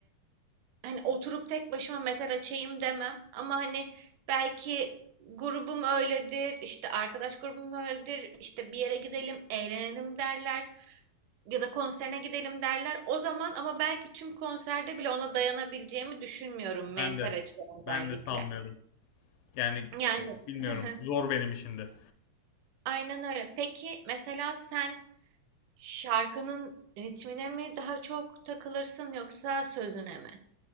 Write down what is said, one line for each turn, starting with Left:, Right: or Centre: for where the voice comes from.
Right: hani oturup tek başıma metal açayım demem ama hani belki grubum öyledir işte arkadaş grubum öyledir işte bir yere gidelim eğlenelim derler ya da konserine gidelim derler o zaman ama belki tüm konserde bile ona dayanabileceğimi düşünmüyorum mental
Left: Ben de
Right: açıdan özellikle
Left: ben de sanmıyorum. Yani
Right: yani
Left: bilmiyorum.
Right: <laughs>
Left: Zor benim için de.
Right: aynen öyle peki mesela sen şarkının ritmine mi daha çok takılırsın yoksa sözüne mi